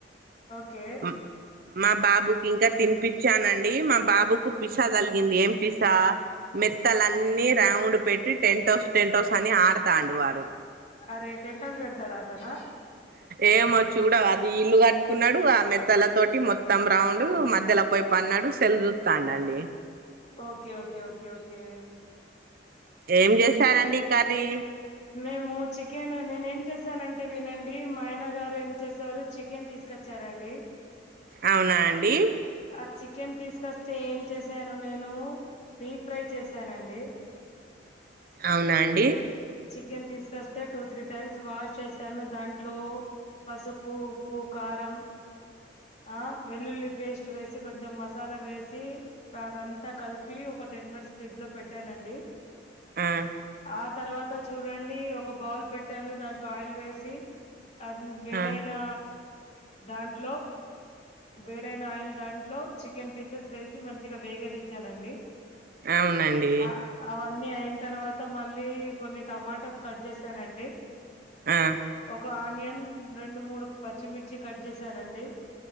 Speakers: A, on the left (about 40°); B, on the right (about 50°).
A: ఓకే
B: ఆ మా బాబుకి ఇంకా తినిపచ్చానండి మా బాబుకు పిసా కలిగింది ఏం పిసా మెత్తలన్నీ రౌండ్ పెట్టి టెంటౌస్ టెంహౌస్ అని ఆడతాండు వాడు
A: అరే టెంట్ హౌస్ పెడతాడా అతను
B: ఏమో చూడవు అది ఇల్లు కట్టుకున్నాడు ఆ మెత్తల తోటి మొత్తం రౌండ్ మధ్యలో పోయి పన్నడు సెల్ చూస్తాండండి
A: ఓకే ఓకే ఓకే ఓకే
B: ఏం చేస్తారండి కర్రీ
A: మేము చికెన్ నేను ఏం చేసానంటే వినండి మా ఆయన గారు ఏం చేశారు చికెన్ తీసు కొచ్చారా అండి
B: అవునా అండి
A: ఆ చికెన్ తీస్కస్తే ఏం చేసాను నేను డీప్ ఫ్రై చేశానండి
B: అవునా అండి
A: చికెన్ తీస్కస్తే టూ త్రీ టైమ్స్ వాష్ చేసాను దాంట్లో పసుపు ఉప్పు కారం ఆ వెల్లుల్లి పేస్ట్ వేసి కొంచెం మసాలా వేసి అదంతా కలిపి ఒక టెన్ మినిట్స్ ఫ్రిడ్జ్లో పెట్టానండి
B: ఆ
A: ఆ తర్వాత చూడండి ఒక బౌల్ పెట్టాను దాంట్లో ఆయిల్ వేసి అది వేడైనా
B: ఆ
A: దాంట్లో వేడైన ఆయిల్ దాంట్లో చికెన్ పీసెస్ వేసి మంచిగ వేగనిచ్చానండి
B: అవునండి
A: ఆ అవన్నీ అయిన తర్వాత మళ్ళీ కొన్ని టమాటోస్ కట్ చేసానండి
B: ఆ
A: ఒక ఆనియన్ రెండు మూడు పచ్చిమిర్చి కట్ చేసానండి